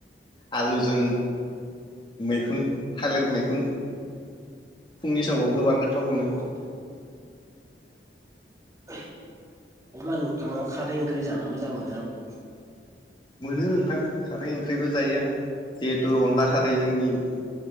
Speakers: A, on the left; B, on the right.
A: आलुजों मैखुन थालिर मैखुन। फुंनि
B: जानो
A: समाव गोबां गोथाव मोनो।
B: औ औ अब्ला नोंथाङा खादै ओंख्रि जा मोजां मोनो ना मोना?
A: मोनो नोंथां। खारै ओंख्रिबो जायो आं जिहेतु
B: औ
A: अनला खारै जोंनि। <unintelligible>